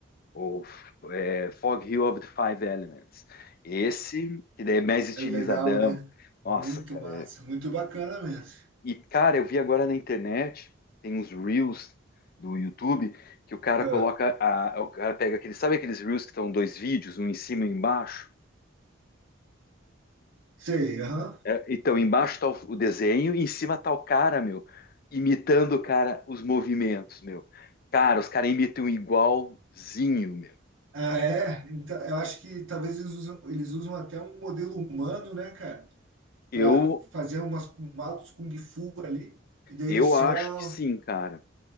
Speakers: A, on the left (about 50°); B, on the right (about 90°).
A: O é, Fog Hill of the Five Elements. Esse, que daí é mais estilizadão.
B: É legal, né? Muito
A: Nossa, cara.
B: massa,
A: é-
B: muito bacana mesmo.
A: E, cara, eu vi agora na internet, tem uns Reels do YouTube, que o cara
B: Ah,
A: coloca, a- o cara pega aqueles, sabe aqueles Reels que estão dois vídeos, um em cima e um embaixo?
B: sei, aham.
A: É, então, embaixo tá o, o desenho e em cima tá o cara, meu, imitando, cara, os movimentos, meu. Cara, os caras imitam igualzinho, meu.
B: Ah, é? Então, eu acho que talvez eles usam, eles usam até um modelo humano, né, cara?
A: Eu,
B: Pra fazer umas maltos Kung Fu ali. E daí
A: eu
B: eles só.
A: acho que sim, cara.